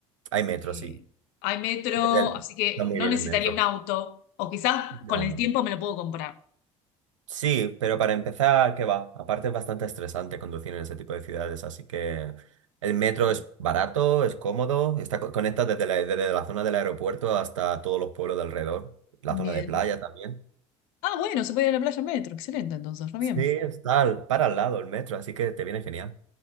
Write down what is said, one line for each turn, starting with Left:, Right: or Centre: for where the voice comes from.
Right: Hay metro,
Left: Eh,
Right: sí.
Left: hay metro,
Right: Desde el-
Left: así que
Right: Está muy
Left: no
Right: bien
Left: necesitaría
Right: el metro.
Left: un auto. O quizás
Right: No.
Left: con el
Right: no.
Left: tiempo me lo puedo comprar.
Right: Sí, pero para empezar, ¿qué va? Aparte es bastante estresante conducir en ese tipo de ciudades, así que el metro
Left: Sí.
Right: es barato, es cómodo, está co- conecta desde la, desde la zona del aeropuerto hasta todos los pueblos de alrededor, la
Left: Bien.
Right: zona de playa también.
Left: Ah, bueno, se puede ir a la playa en metro. Excelente, entonces, re bien.
Right: Sí, está al- para al lado el metro, así que te viene genial.